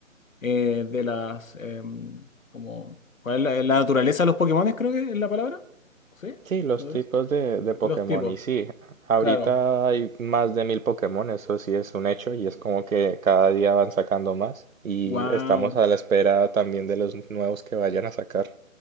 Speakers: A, on the left; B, on the right.
A: eh, de las, em, como, ¿cuál es la, la naturaleza de los Pokémones, creo que es la palabra? ¿Sí?
B: Sí, los
A: ¿Naturaleza?
B: tipos de, de Pokémon
A: Los tipos,
B: y sí, ahorita
A: claro.
B: hay más de mil Pokémon, eso sí es un hecho y es como que cada día van sacando más y
A: Wow.
B: estamos a la espera también de los nuevos que vayan a sacar.